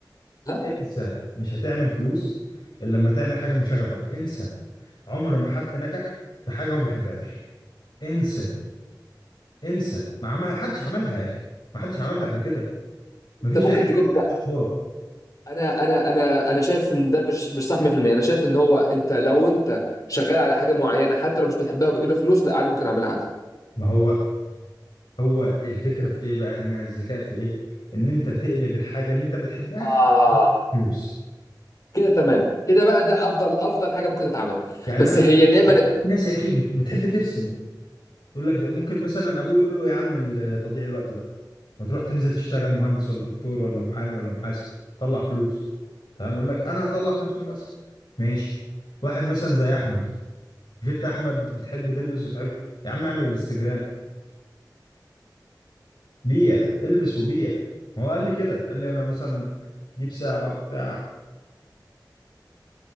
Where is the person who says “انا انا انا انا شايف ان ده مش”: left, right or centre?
Left